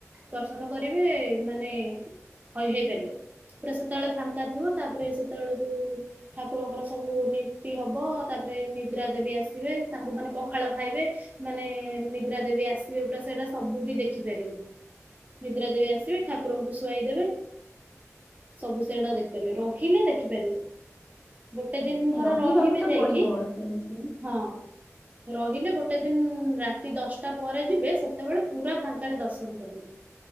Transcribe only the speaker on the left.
ନାଇଁ
ରହିବାକୁ
ତ
ପଡିବ ସେମିତି।